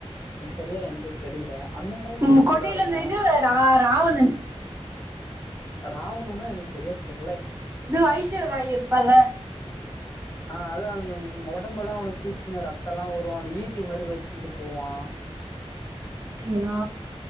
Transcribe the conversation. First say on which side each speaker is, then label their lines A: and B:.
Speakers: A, on the left; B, on the right.
A: சரியா எனக்கே தெரியல அந்த மூவி கூட
B: உம்
A: நல்லா
B: கொடியில
A: இருக்கு
B: இந்த இது ரா ராவணன்
A: ராவணன்னா எனக்கு சரியா தெரி
B: இது ஐஸ்வராய் இருப்பால
A: ஆ அதான் அந்த உடம்பல்லா கீச்சின்னு ரத்தல்லா வரு அந்த ஈட்டி மாரி வச்சுக்கிட்டு போவான்
B: அப்டிங்களா